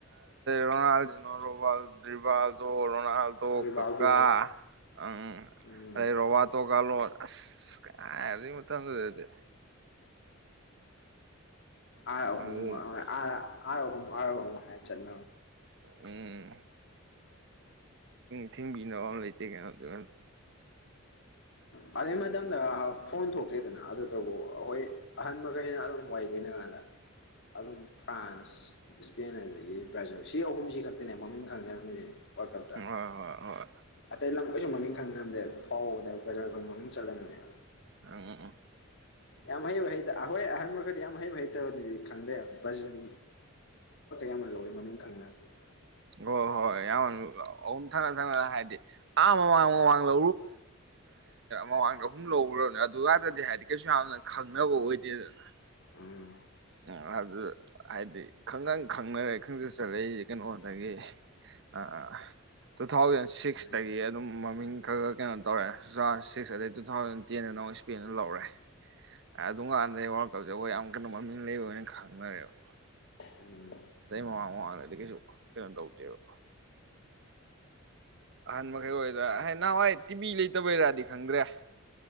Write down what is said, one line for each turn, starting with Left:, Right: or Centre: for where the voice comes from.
Right: ꯔꯣꯅꯥꯜꯣ ꯔꯣꯕꯥ ꯗꯔꯤꯕ <inaudible> ꯂꯣꯅꯥꯜꯗꯣ
Left: ꯔꯤꯕꯥꯜꯗꯣ
Right: ꯀꯀꯥ ꯎꯝ
Left: ꯎꯝ
Right: ꯑꯩ ꯔꯣꯕꯥꯇꯣ ꯀꯥꯜꯂꯣ ꯑꯁ ꯀꯥꯏꯒꯤ ꯃꯇꯝꯗꯨꯗꯗꯤ
Left: ꯑꯥꯔ ꯑꯍꯨꯝ
Right: ꯑꯗꯨ
Left: ꯑꯥ ꯑꯥꯔ ꯑꯍꯨꯝ ꯑꯥꯔ ꯑꯍꯨꯝ ꯍꯥꯏ ꯆꯠ
Right: ꯎꯝ ꯊꯤꯡꯕꯤꯅꯕ ꯑꯃ ꯂꯩꯇꯦ ꯀꯩꯅꯣꯗꯨ
Left: ꯑꯗꯩ ꯃꯇꯝꯗ ꯐꯣꯟ ꯊꯣꯛꯇ꯭ꯔꯤꯗꯅ ꯑꯗꯨꯇꯕꯨ ꯑꯩꯈꯣꯏ ꯑꯍꯟꯕꯈꯩꯅ ꯑꯗꯨꯝ ꯋꯥꯏ ꯂꯤꯅꯩꯉꯥꯏ ꯑꯥ ꯑꯗꯨꯝ ꯐ꯭ꯔꯥꯟꯁ ꯏꯁꯄꯦꯟ ꯑꯗꯨꯗꯒꯤ ꯕ꯭ꯔꯥꯖꯤꯜ ꯁꯤ ꯑꯍꯨꯝꯁꯤ ꯈꯛꯇꯅꯦ ꯃꯃꯤꯡ ꯈꯪꯅꯂꯝꯃꯤꯁꯦ ꯋꯥꯔꯜ ꯀꯞꯇ
Right: ꯍꯣꯏ ꯍꯣꯏ
Left: ꯑꯇꯩ ꯂꯝꯈꯣꯏꯁꯨ ꯃꯃꯤꯡ ꯈꯪꯅꯔꯝꯗꯦ ꯐꯧ ꯕꯔꯖꯤꯟ ꯃꯃꯤꯡ ꯆꯠꯂꯝꯕꯅꯦ
Right: ꯑꯝ
Left: ꯌꯥꯝ ꯍꯩꯕ ꯍꯩꯇꯦ ꯑꯩꯍꯣꯏ ꯑꯍꯟ ꯃꯈ ꯈꯔꯗꯤ ꯌꯥꯝ ꯍꯩꯕ ꯍꯩꯇꯕꯗꯨꯗꯤ ꯈꯪꯗꯦꯝ ꯕꯔꯖꯤꯟ ꯌꯥꯝ ꯂꯧꯕꯩ ꯃꯃꯤꯡ ꯈꯪꯅꯔꯅꯦ
Right: ꯍꯣꯏ ꯍꯣꯏ ꯍꯣꯏ ꯌꯥꯝ ꯑꯍꯨꯝ ꯊꯪꯅ ꯊꯪꯅ ꯍꯥꯏꯗꯤ ꯑꯥ ꯃꯃꯥꯡꯃꯥꯡꯗ ꯃꯃꯥꯡꯗ ꯑꯍꯨꯝ ꯂꯧꯈꯔꯕꯅꯤ ꯑꯗꯨꯗꯗꯤ ꯍꯥꯏꯗꯤ ꯀꯩꯁꯨ ꯌꯥꯝꯅ ꯈꯪꯅꯕ ꯑꯣꯏꯗꯦꯗꯅ <inaudible>
Left: ꯎꯝ
Right: ꯎ ꯑꯗꯨ ꯍꯥꯏꯗꯤ ꯈꯪꯒꯪ ꯈꯪꯅꯔꯦ ꯈꯪꯁꯤ ꯆꯠꯂꯛꯏꯁ ꯀꯩꯅꯣꯗꯒꯤ ꯑ ꯑ ꯇꯨ ꯊꯥꯎꯖꯟ ꯁꯤꯛꯁꯇꯒꯤ
Left: ꯃꯥꯏꯗꯤ
Right: ꯑꯗꯨꯝ ꯃꯃꯤꯡ ꯈꯔ ꯈ ꯀꯩꯅꯣ ꯇꯧꯔꯛꯑꯦ ꯁꯤꯛꯁ ꯑꯗꯩ ꯇꯨ ꯊꯥꯎꯖꯟ ꯇꯦꯟꯗꯅ ꯁꯄꯦꯏꯟ ꯅꯥ ꯂꯥꯎꯔꯦ ꯑꯥꯗꯨꯀꯟꯗꯗꯤ ꯃꯃꯤꯡ ꯌꯥꯝ ꯂꯩꯕꯣ ꯈꯪꯔꯣ <inaudible>
Left: ꯎꯝ
Right: ꯑꯇꯩ ꯃꯃꯥꯡ ꯃꯃꯥꯡꯗꯗꯤ ꯀꯩꯁꯨ ꯀꯩꯅꯣ ꯇꯧꯗꯦꯕ ꯑꯍꯟ ꯃꯈꯩ ꯑꯣꯏꯔ ꯑꯦꯍ ꯅꯍꯥꯟꯋꯥꯏ ꯇꯤꯃꯤ ꯂꯩꯇꯕꯩꯔꯗꯤ ꯈꯪꯗ꯭ꯔꯦ